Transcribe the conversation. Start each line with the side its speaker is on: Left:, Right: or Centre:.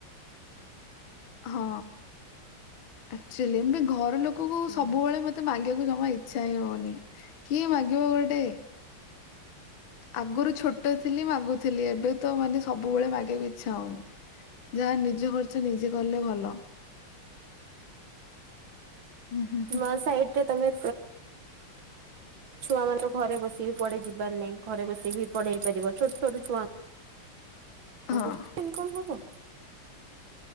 Left: ହଁ ଆକଚ୍ୟୁଲି ଏ ଘର ଲୋକକୁ
Right: ହୁଁ
Left: ସବୁବେଳେ ମତେ ମାଗିବା ଜମା ଇଚ୍ଛା ହିଁ ହୋଉନି କିଏ ମାଗିବ ଗୋଟେ। ଆଗରୁ ଛୋଟ ଥିଲି ମା ମାଗୁଥିଲି ଏବେ ତ ମାନେ ସବୁବେଳେ ମାଗିବାକୁ ଇଚ୍ଛା ହୋଉନି। ଜାହା ନି ଜ ଖର୍ଚ୍ଚ ନିଜେ କଲେ ଭଲ। ହୁଁ ହୁଁ ହୁଁ।
Right: ନୂଆ ସାଇଟରେ ତମେ ଛୁଆମାନେ ଘରେ ବସିକି କୁଆଡେ ଯିବାର ନାହିଁ ଘରେ ବସିକି ବି ପଢେଇ ପାରିବ ଛୋଟ ଛୋଟ ଛୁଆ
Left: ହଁ
Right: ଙ୍କୁ ଏମିତି କଣ ହବ।